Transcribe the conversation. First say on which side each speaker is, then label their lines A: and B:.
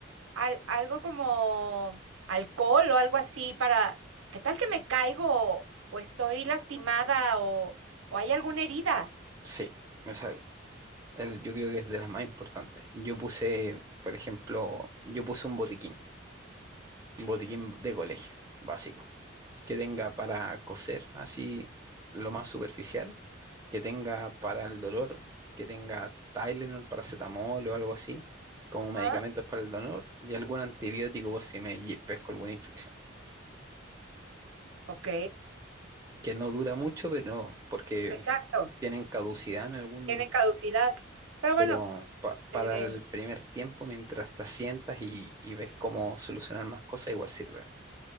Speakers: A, on the right; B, on the right.
A: al- algo como alcohol o algo así para, ¿qué tal que me caigo o, o estoy lastimada o, o hay alguna herida?
B: Sí, o sea, el- yo creo que es de las más importantes. Yo puse, por ejemplo, yo puse un botiquín, un botiquín de colegio, básico, que tenga para coser así lo más superficial que tenga para el dolor, que tenga Tylenol, paracetamol o algo así, como
A: Ajá,
B: medicamentos para el dolor, y algún antibiótico por si me lle- pesco alguna infección,
A: ok.
B: que no dura mucho, pero porque
A: Exacto,
B: tienen caducidad en algún,
A: tienen caducidad. Pero
B: pero
A: bueno,
B: pa- para
A: eh,
B: el primer tiempo, mientras te sientas y, y ves cómo solucionar más cosas, igual sirve.